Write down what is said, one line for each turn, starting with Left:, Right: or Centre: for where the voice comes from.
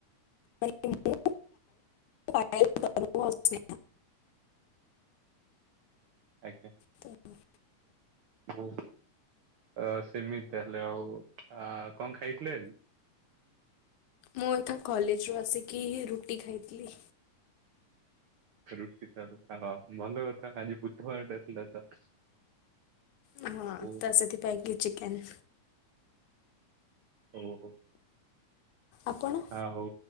Left: ମାନ ମୁ ପାୁଭ <unintelligible>
Right: ଆଜ୍ଞା।
Left: ତ <unintelligible>
Right: ଓ ହୋ ଆ ସେମିତି ତାହେଲେ ଆଉ ଆଉ କଣ ଖାଇଥିଲେ ଆଜି?
Left: ମୁଁ ଏଠୁ କଲେଜରୁ ଆସିକି ରୁଟି ଖାଇଥିଲି।
Right: ରୁଟି <unintelligible> ଭଲ କଥା ଆଜି ବୁଧବାରଟା ଥିଲା ତ।
Left: ହଁ
Right: ଓ
Left: ତ ସେଥିି ପାଇଁ କି ଚିକେନ୍
Right: ଓହୋ।
Left: ଆପଣ?
Right: ଆଉ